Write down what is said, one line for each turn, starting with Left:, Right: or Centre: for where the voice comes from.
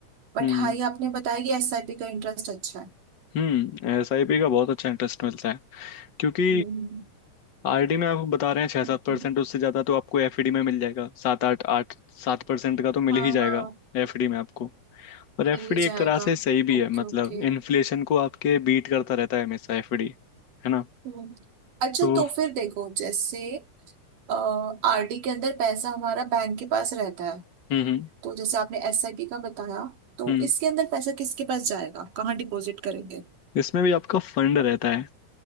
Right: बट
Left: हम्म
Right: हाँ ये आपने बताया कि एसआईपी का इंटरेस्ट अच्छा है
Left: हम्म एसआईपी का बहुत अच्छा इंटरेस्ट मिलता है क्योंकि
Right: हम्म,
Left: आरडी में आपको बता रहे हैं छः सात
Right: हम्म।
Left: परसेंट उससे ज़्यादा तो आपको एफडी में मिल जाएगा सात आठ आठ सात परसेंट का तो मिल
Right: हाँ
Left: ही जाएगा
Right: हाँ
Left: एफडी में आपको और एफडी
Right: मिल ही
Left: एक
Right: जाएगा
Left: तरह से सही भी
Right: Okay
Left: है मतलब
Right: okay
Left: इन्फ्लेशन को आपके बीट करता रहता है हमेशा एफडी है ना
Right: हम्म अच्छा
Left: तो
Right: तो फिर देखो जैसे आरडी के अंदर पैसा हमारा बैंक के पास रहता है
Left: हम्म हम्म
Right: तो जैसे आपने एसआईपी का बताया तो
Left: हम्म
Right: इसके अंदर पैसा किसके पास जाएगा कहाँ डिपॉजिट करेंगे
Left: इसमें भी आपका फंड रहता है